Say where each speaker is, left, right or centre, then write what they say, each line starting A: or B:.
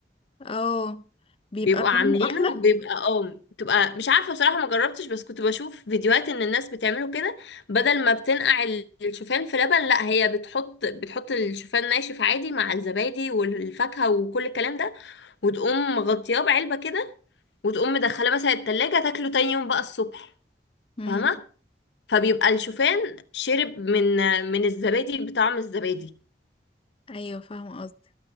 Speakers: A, on the left; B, on the left.
A: اه بيبقى
B: بيبقوا
A: طعمه
B: عاملينه
A: احلى
B: بيبقى اه بتبقى مش عارفه بصراحه ما جربتش بس كنت بشوف فيديوهات ان الناس بتعمله كده بدل ما بتنقع ال- الشوفان في لبن لا هي بتحط بتحط الشوفان ناشف عادي مع الزبادي والفاكهه وكل الكلام ده وتقوم مغطياه بعلبه كده وتقوم مدخله مثلا التلاجة تاكله تاني يوم بقى الصبح
A: امم
B: فاهمة فبيبقى الشوفان شرب من من الزبادي بطعم الزبادي
A: ايوه فاهمة قصدي